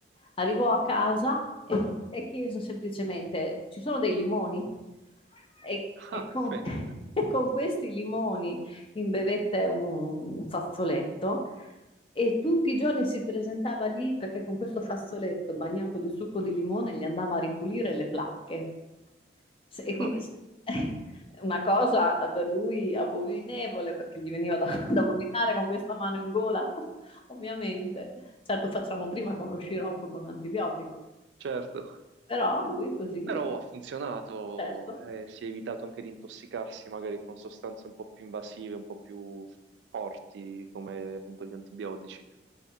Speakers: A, on the left (about 30°); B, on the right (about 75°).
A: Arrivò a casa e, e chiese semplicemente: Ci sono dei limoni? E,
B: Ah,
A: e con,
B: vedi,
A: <laughs> e con questi limoni imbevette un, un fazzoletto. E tutti i giorni si presentava lì perché con questo fazzoletto bagnato di succo di limone gli andava a ripulire le placche. Se- E
B: ma
A: quindi
B: vedi,
A: <laughs> una cosa per lui abominevole perché gli veniva da, <laughs> da vomitare con questa mano in gola ovviamente. Certo, facciamo prima con lo sciroppo e con l'antibiotico,
B: certo.
A: però lui così,
B: Però ha funzionato,
A: certo.
B: eh, si è evitato anche di intossicarsi magari con sostanze un po' più invasive, un po' più forti, come appunto gli antibiotici.